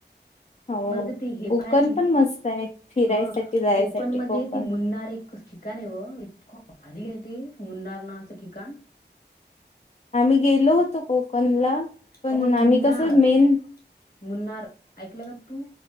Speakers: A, on the left; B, on the left.
A: हो
B: मला तर ते हे
A: कोकण
B: पाहायची
A: पण मस्त आहे फिरायसाठी
B: ह
A: जायसाठी
B: कोकण मध्ये
A: कोकण
B: ती मुन्नार एक ठिकाण आहे व इतक भारी आहे ते मुन्नार नावाच ठिकाण.
A: आम्ही गेलो होतो कोकणला पण
B: अ मुन्नार
A: आम्ही कस मेन
B: मुन्नार ऐकलं का तुम्ही